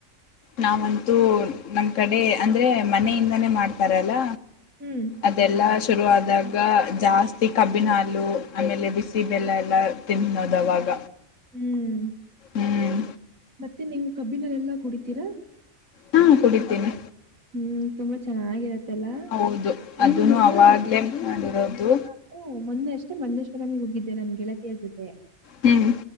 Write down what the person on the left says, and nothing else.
ನಾವಂತೂ ನಮ್ ಕಡೆ ಅಂದ್ರೆ ಮನೆಯಿಂದಾನೇ ಮಾಡ್ತಾರಲ್ಲ
ಅದೆಲ್ಲ ಶುರುವಾದಾಗ ಜಾಸ್ತಿ ಕಬ್ಬಿನ ಹಾಲು ಆಮೇಲೆ ಬಿಸಿ ಬೆಲ್ಲ ಎಲ್ಲ ತಿನ್ನೋದವಾಗ
ಹ್ಮ್
ಹಾ ಕುಡಿದ್ದೇನೆ
ಹೌದು ಅದನ್ನು
ಅವಾಗ್ಲೇ ಮಾಡಿರೋದು
ಹ್ಮ್